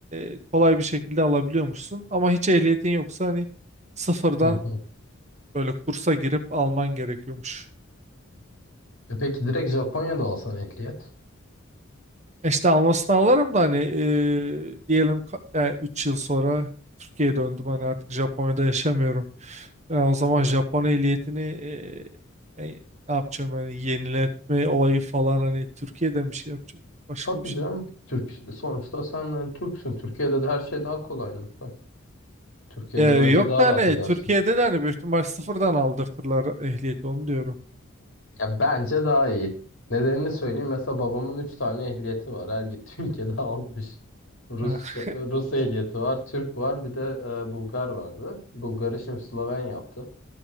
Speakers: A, on the right; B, on the left.
A: e, kolay bir şekilde alabiliyormuşsun ama hiç ehliyetin yoksa hani sıfırdan
B: Hı hı.
A: böyle kursa girip alman gerekiyormuş.
B: E peki direkt Japonya'da alsan ehliyet?
A: İşte almasını alırım da hani e, diyelim 3 yıl sonra Türkiye'ye döndüm hani artık Japonya'da yaşamıyorum. E, o zaman Japon ehliyetini e, e, ne yapacağım hani yeniletme olayı falan hani Türkiye'de mi şey yapacağım başka
B: Tabii
A: bir şey.
B: canım. Türk, sonuçta sen yani Türksün. Türkiye'de de her şey daha kolay. Nurkay. Türkiye'de
A: E,
B: bence
A: yok
B: daha
A: da
B: rahat
A: hani
B: edersin.
A: Türkiye'de de hani büyük ihtimal sıfırdan aldırtırlar ehliyeti onu diyorum.
B: Ya bence daha iyi. Nedenini söyleyeyim. Mesela babamın 3 tane ehliyeti var. Her gittiği <laughs> ülkede almış. Rusça,
A: Ah,
B: Rus ehliyeti var, Türk var, bir de e, Bulgar vardı. Bulgar'ı şimdi Sloven yaptı.